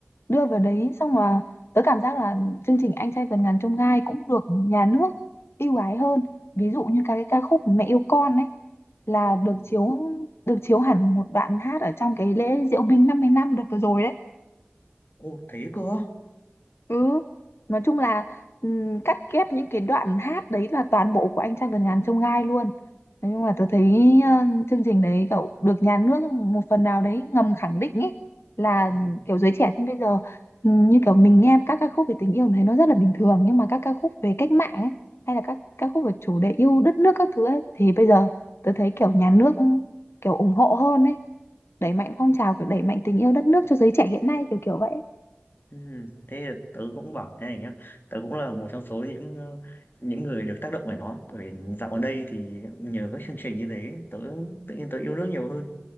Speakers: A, on the left; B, on the left.
A: đưa vào đấy xong là tớ cảm giác là chương trình anh trai vượt ngàn chông gai cũng được nhà nước ưu ái hơn ví dụ như các cái ca khúc mẹ yêu con ấy là được
B: ừ.
A: chiếu được chiếu hẳn một đoạn hát ở trong cái lễ diễu binh 50 năm đợt vừa rồi đấy
B: ô thế cơ á
A: Ừ, nói chung là ừm, cắt ghép những cái đoạn hát đấy là toàn bộ của anh trai vượt ngàn chông gai luôn. Nói chung là tôi thấy ờ, chương trình đấy cậu được nhà nước một phần nào đấy ngầm khẳng định ấy là
B: ừ.
A: kiểu giới trẻ như bây giờ ừm, như kiểu mình nghe các ca khúc về tình yêu thấy nó rất là bình thường nhưng mà các ca khúc về cách mạng ấy hay là các ca khúc về chủ đề yêu đất nước các thứ ấy thì bây giờ tôi thấy kiểu nhà nước kiểu ủng hộ hơn ấy, đẩy mạnh phong trào kiểu đẩy mạnh tình yêu đất nước cho giới trẻ hiện nay kiểu kiểu vậy.
B: Ừ, thế là tớ cũng bảo thế này nhá tớ cũng là một trong số những ờ, những người được tác động bởi nó bởi vì dạo gần đây thì nhờ các chương trình như thế tớ tự nhiên tớ yêu nước nhiều hơn